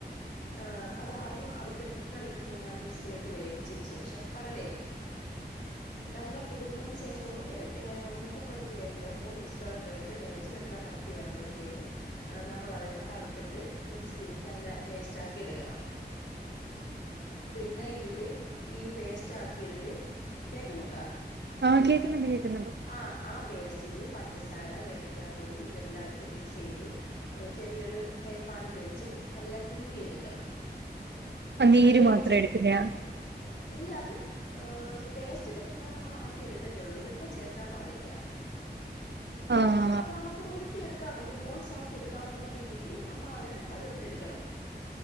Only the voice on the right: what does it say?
<unintelligible>
ആഹ് കേൾക്കുന്നുണ്ട് കേൾക്കുന്നുണ്ട്
ആഹ് നീര്
മാത്രം എടുക്കുന്നയാ
ആഹ